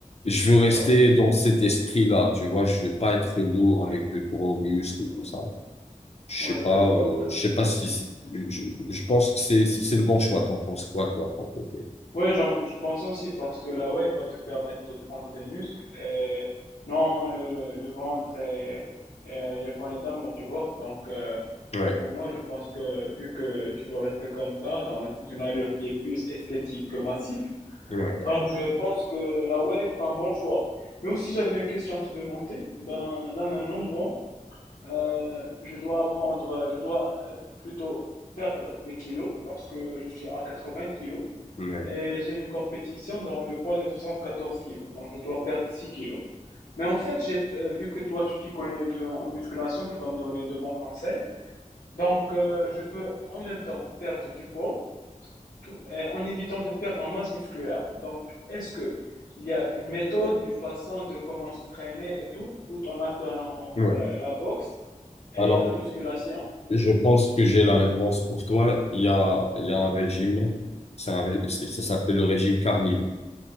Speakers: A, on the left; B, on the left.
A: Je veux rester
B: ouais,
A: dans cet esprit-là, tu vois, je veux pas être lourd
B: ouais,
A: avec de gros muscles,
B: ouais,
A: tout ça. Je
B: ouais,
A: sais pas,
B: je vois.
A: euh,
B: Ouais.
A: je sais pas si c'est- je, je pense que c'est c'est c'est le bon choix. T'en penses quoi, toi, pour côté?
B: Ouais, j'en- je pense aussi parce que la wave va te permettre de prendre des muscles et non le, le ventre et, et les poignées d'amour, tu vois. Donc, euh,
A: Ouais,
B: Pour moi, je pense que vu que tu veux rester comme ça, dans une allure qui est plus esthétique que massif,
A: ouais,
B: donc je pense que la Wave fera un bon choix. Mais aussi, j'avais une question à te demander. Ben là maintenant, moi, euh, je dois prendre, je dois euh, plutôt perdre des kilos parce que je suis à 80 kilos
A: ouais,
B: et j'ai une compétition dans le poids de 74 kilos, donc je dois perdre 6 kilos. Mais en fait, j'ai euh, vu que toi, tu t'y connais de- en musculation, qui va me donner de bons conseils. Donc, euh, je veux en même temps perdre du poids tout- euh, en évitant de perdre en masse musculaire. Donc, est-ce que il y a une méthode, une façon de comment se traîner et tout, tout en alternant entre
A: ouais.
B: euh, la boxe et
A: Alors,
B: la musculation?
A: je pense que j'ai la réponse pour toi. Il y a il y a un
B: Oui,
A: régime, c'est un ré- c'est- ça s'appelle le régime carnivore.